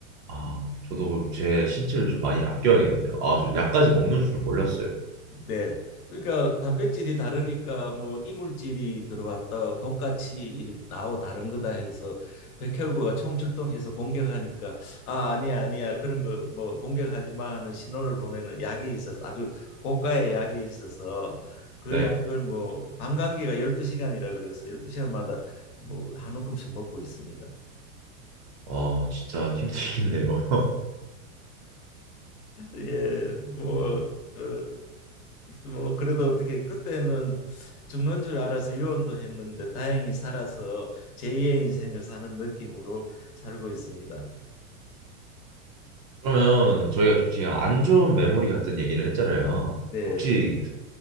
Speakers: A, on the right; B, on the left.
A: 아, 저도 제 신체를 좀 많이 아껴야겠네요. 아, 저 약까지 먹는 줄은 몰랐어요.
B: 네. 그러니까 단백질이 다르니까 뭐 이물질이 들어왔다 독같이 이렇게 나오 다른 거다 해서 백혈구가 총출동해서 공격하니까 아 아니야 아니야 그런 거 뭐 공격하지 마 하는 신호를 보내는 약이 있어서 아주 고가의 약이 있어서 그
A: 네.
B: 약을 뭐 방광기가 12시간이라 그래서 12시간마다 뭐 한 움큼씩 먹고 있습니다.
A: 아, 진짜 힘들겠네요.
B: 예, 뭐,
A: <laughs>
B: 어, 뭐 그래도 어떻게 그때는 죽는 줄 알아서 유언도 했는데 다행히 살아서 제2의 인생을 사는 느낌으로 살고 있습니다.
A: 그러면 저희가 좀 지금 안 좋은 메모리 같은 얘기를 했잖아요.
B: 네,
A: 혹시